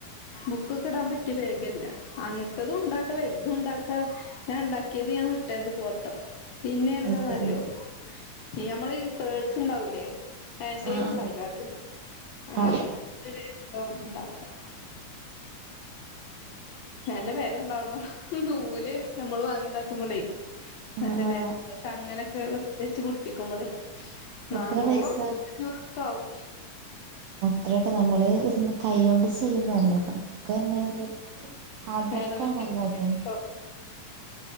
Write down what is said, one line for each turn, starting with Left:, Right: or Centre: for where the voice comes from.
Left: ബുക്കൊക്കെ ഇടാൻ പറ്റിയ ബാഗ് അല്ല. അങ്ങനത്തതും ഉണ്ടാ ക്കാ വെല്തും ഇണ്ടാക്കാ ഞാൻ ഇണ്ടാക്കിയത് ഞാൻ വിട്ടെണ്ട് ഫോട്ടോ പിന്നെ എന്താന്നറിയോ
Right: അതെ
Left: ഞമ്മളീ പേഴ്സ് ഇണ്ടാവൂലേ ഹാൻഡ് ബാഗ്
Right: ആഹ്
Left: ഇണ്ടാവില്ലേ അത് അങ്ങനത്ത
Right: ആഹ്
Left: <unintelligible> നല്ല വെല എണ്ടാവുന്നു നൂല് നമ്മള് വാങ്ങി ഇണ്ടാക്കുമ്പളെ
Right: ആഹ്
Left: നല്ല വെ
Right: ആഹ്
Left: <unintelligible> തങ്ങലൊക്കെ വെ വെച്ച് പിടിപ്പിക്കുമ്പളേ. നാന്നൂറും
Right: എത്ര പൈസ?
Left: അഞ്ഞൂറൊക്കാവും
Right: അത്രൊക്കെ നമ്മള് കയ്യോണ്ട് ചെയ്യുന്നല്ലെ നമുക്കന്നത് ഹാർഡ്
Left: വേണമെങ്കിൽ
Right: വർക്കാണല്ലോ
Left: പറയണ്ടോ,
Right: അത്